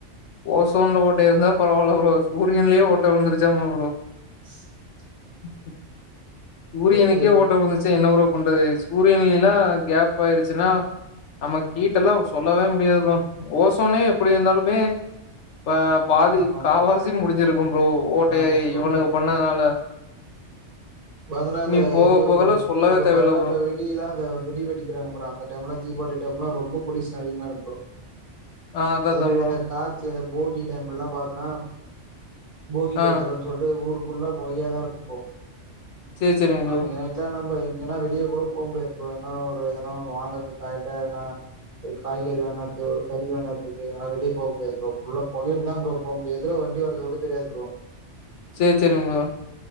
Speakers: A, on the left; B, on the right.
A: ஓசோன்ல ஓட்ட இருந்தா பரவால்ல ப்ரோ சூரியன்லயே ஓட்ட விழுந்துருச்சாமா ப்ரோ
B: ம்
A: <inaudible> சூரியனுக்கே
B: மாரி
A: ஓட்ட விழுந்துருந்துச்சுனா என்ன ப்ரோ பண்றது சூரியன்லாம் கேப் ஆயிருச்சுன்னா நமக்கு ஹீட்டெல்லாம் சொல்லவே முடியாது ப்ரோ ஓசோனே எப்டி இருந்தாலுமே ப்ப பாதி
B: ஆமா
A: காவாசி
B: ப்ரோ
A: முடிஞ்சிருக்கும் ப்ரோ ஓட்டையாயி
B: ஆமா ப்ரோ
A: இவனுங்க பண்ணதுனால
B: பதனாலு
A: நீ போக
B: இது
A: போகல சொல்லவே
B: இப்ப
A: தேவயில்ல
B: பதினா
A: ப்ரோ
B: வெடிலாம் அ வெடி வெடிக்கிறாங்க பாரு அந்த டைம்ல தீபாவளி டைம்ல ரொம்ப பொலியூஸன் அதிகமாயிரும் ப்ரோ
A: ஆ அதா
B: அதே
A: அதா
B: மாரி
A: ப்ரோ
B: அந்த கார்த்தி அந்த போகி டைம்லாம் பாத்தன்னா போகி
A: ஆ
B: கொளுத்றோன்னு சொல்ட்டு ஊரு ஃபுல்லா பொகையா தான் இருக்கும் ப்ரோ
A: சேரி சேரிங் ப்ரோ
B: அன்னைக்கு நைட்லாம் நம்ம இங்கன்னா வெளியே கூட போக முடியாது ப்ரோ ஏன்னா ஒரு ஏதனா ஒண்ணு வாங்கறதுக்கா இல்ல ஏனா ஒரு காய்கறி வாங்கினறது ஒரு கறி வாங்கிணறதுக்கு ஏனா வெளியே போக முடியாது ப்ரோ ஃபுல்லா பொகையில தான் ப்ரோ போக முடியும் எதிர்ல வண்டி வரது கூட தெரியாது ப்ரோ
A: சேரி சேரிங்க ப்ரோ